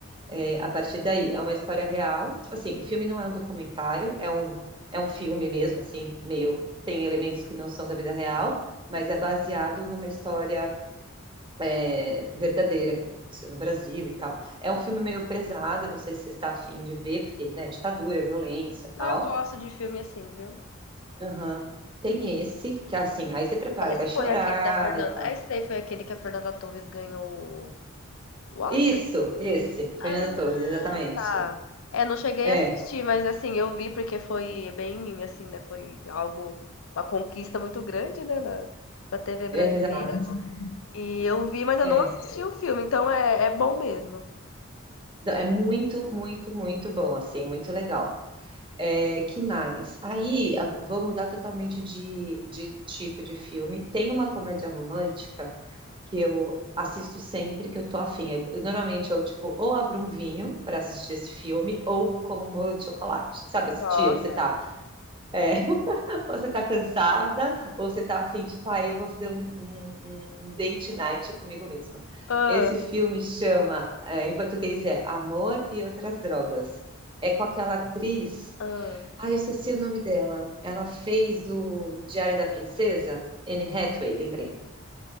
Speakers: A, on the right; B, on the left.
A: é, a partir daí. É uma história real. Tipo assim, o filme não é um documentário, é um, é um filme mesmo, assim, meio. Tem elementos que não são da vida real, mas é baseado numa história é, verdadeira que aconteceu no Brasil e tal. É um filme meio pesado, não sei se você está afim de ver, porque, né, ditadura, violência e tal.
B: Não, eu gosto de filme assim, viu?
A: Aham. Tem esse, que é assim, aí você prepara,
B: Esse
A: vai chorar
B: foi aquele da Fernanda.
A: e tal.
B: Esse daí foi aquele que a Fernanda Torres ganhou o Oscar?
A: Isso, esse, Fernando
B: Ah,
A: Torres, exatamente.
B: tá. É, não cheguei
A: É,
B: a assistir, mas assim, eu vi porque foi bem, assim, né? Foi algo, uma conquista muito grande, né, na, pra TV brasileira.
A: é, exato.
B: E eu vi, mas
A: É.
B: eu não assisti o filme, então é, é bom mesmo.
A: Não, É muito, muito, muito bom, assim, muito legal. É, que mais? Aí, a- vou mudar totalmente de, de tipo de filme. Tem uma comédia romântica que eu assisto sempre que eu tô afim. Eu- eu normalmente eu, tipo, ou abro um vinho para assistir esse filme, ou como um bolo de chocolate. Sabe, esse
B: Nossa.
A: dia que você tá... é, ou você tá cansada, ou você tá assim, tipo, ah, eu vou fazer um, um- um- um date night comigo mesma.
B: Ah,
A: Esse filme chama, é, em português é Amor e Outras Drogas. É com aquela atriz,
B: ah.
A: ah, eu esqueci o nome dela. Ela fez do Diário da Princesa, Anne Hathaway, lembrei.